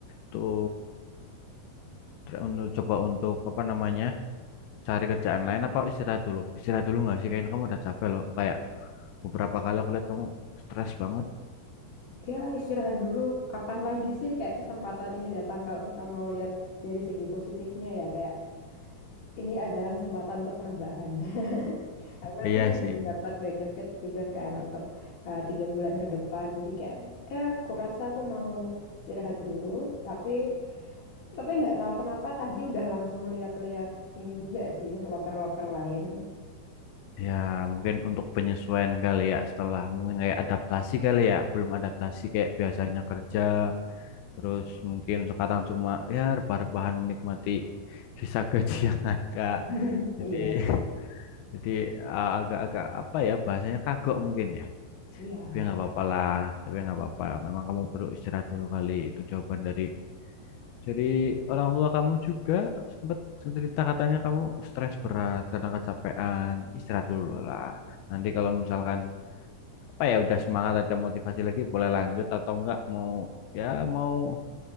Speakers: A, on the left; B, on the left.
A: tuh Untuk coba untuk apa namanya cari kerjaan lain apa istirahat dulu? Istirahat dulu nggak sih? Kayaknya kamu udah capek loh. Kayak beberapa kali aku lihat kamu stres banget.
B: Ya istirahat dulu. Kapan lagi sih kayak kesempatan ini datang kalau kita mau lihat dari segi positifnya ya kayak ini adalah kesempatan untuk rebahan. Karena
A: Iya
B: aku masih
A: sih.
B: dapat benefit juga kan untuk eh, tiga bulan ke depan. Jadi kayak, eh, aku rasa aku mau istirahat dulu. Tapi, tapi nggak tahu kenapa tadi udah langsung lihat-lihat ini juga sih, loker-loker lain.
A: Ya mungkin untuk penyesuaian kali ya setelah mungkin kayak adaptasi kali ya. Belum adaptasi kayak biasanya kerja. Terus mungkin sekarang cuma ya rebah-rebahan menikmati sisa <laughs> gaji yang ada.
B: <laughs> Iya,
A: Jadi <laughs> jadi eh, agak-agak apa ya bahasanya kagok mungkin ya.
B: iya.
A: Tapi ya nggak apa-apa lah, tapi ya nggak apa-apa. Memang kamu perlu istirahat dulu kali. Itu jawaban dari dari orang tua kamu juga sempat cerita katanya kamu stres berat, kadang kecapean. Istirahat dulu lah. Nanti kalau misalkan apa ya udah semangat ada motivasi lagi boleh lanjut atau enggak mau ya mau